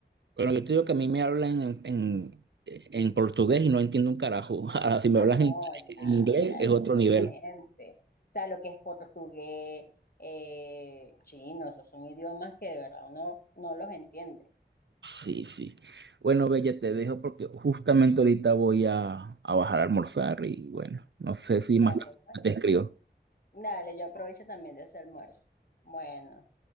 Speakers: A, on the right; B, on the left.
A: bueno, yo te digo que a mí me hablan en, en, en portugués y no entiendo un carajo. <laughs> Ahora, si me
B: Ah,
A: hablan
B: no,
A: en,
B: ya,
A: en inglés
B: ya
A: es
B: es
A: otro
B: diferente.
A: nivel.
B: O sea, lo que es portugués, eh, chino, esos son idiomas que de verdad uno no los entiende.
A: Sí, sí. Bueno, Bella, te dejo porque justamente ahorita voy a, a bajar a almorzar y bueno, no sé si
B: Dale,
A: más tarde
B: pues.
A: te escribo.
B: Dale, yo aprovecho también de ese almuerzo. Bueno.